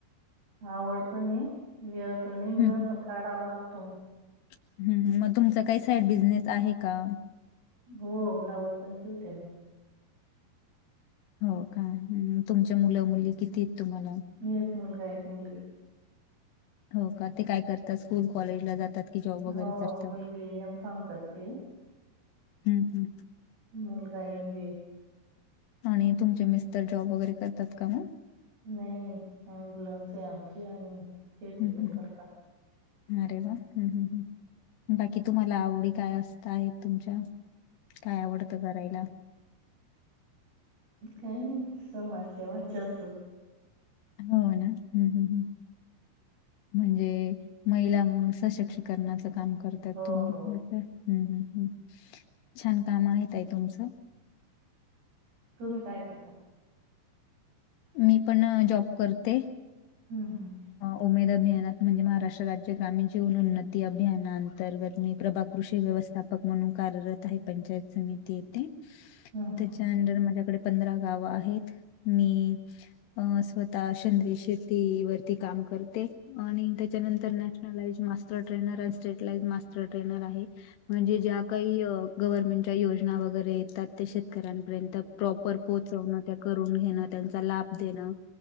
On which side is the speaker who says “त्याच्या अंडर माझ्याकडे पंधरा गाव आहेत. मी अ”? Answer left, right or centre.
Left